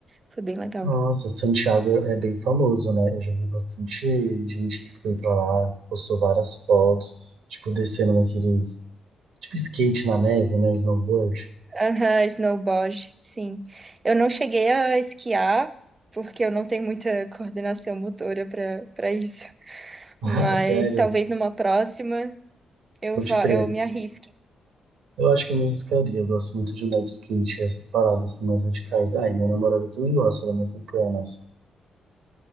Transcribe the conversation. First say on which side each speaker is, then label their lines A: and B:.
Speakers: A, on the right (about 30°); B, on the right (about 80°).
A: Foi bem legal.
B: Nossa, Santiago é bem famoso, né? Eu já vi bastante gente que foi pra lá, postou várias fotos, tipo, descendo naqueles, tipo, skate na neve, né? Snowboard. <laughs>
A: Aham, snowboard, sim. Eu não cheguei a esquiar, porque eu não tenho muita <laughs> coordenação motora para para isso.
B: Ah,
A: Mas
B: sério,
A: talvez numa próxima eu
B: pode
A: vá,
B: crer.
A: eu me arrisque.
B: Eu acho que eu me arriscaria. Eu gosto muito de andar de skate, essas paradas assim, mais radicais. Ai, minha namorada também gosta, ela me acompanha nessa.